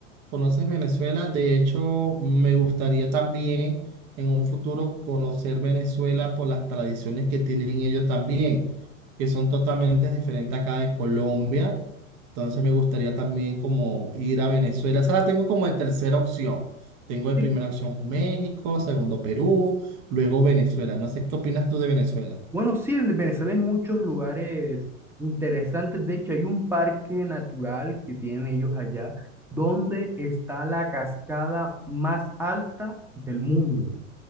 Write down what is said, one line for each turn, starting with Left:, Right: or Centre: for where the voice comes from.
Right: ¿Conoces Venezuela? De hecho, me gustaría también en un futuro conocer Venezuela por las tradiciones que tienen ellos también, que son totalmente diferentes acá de Colombia. Entonces me gustaría también como ir a Venezuela. Esa la tengo como de tercera opción. Tengo de
Centre: Así
Right: primera opción México, segundo Perú, luego Venezuela. No sé qué opinas tú de Venezuela.
Centre: Bueno, sí, en Venezuela hay muchos lugares interesantes. De hecho, hay un parque natural que tienen ellos allá, donde está la cascada más alta del mundo.